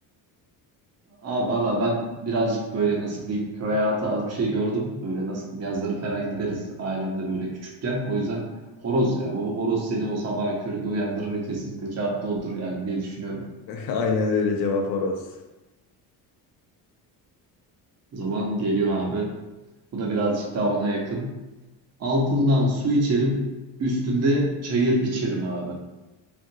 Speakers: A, on the right; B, on the left.
A: Abi valla ben birazcık böyle nasıl diyeyim köy hayatı az bir şey gördüm. Böyle nasıl diyeyim yazları falan gideriz ailemle böyle küçükken. O yüzden horoz yani o horoz seni o sabahın köründe uyandırır ve kesinlikle cevap da odur yani diye düşünüyorum.
B: <laughs> Aynen öyle cevap horoz.
A: O zaman geliyor abi. Bu da birazcık daha ona yakın. Altından su içerim, üstünde çayır biçerim abi.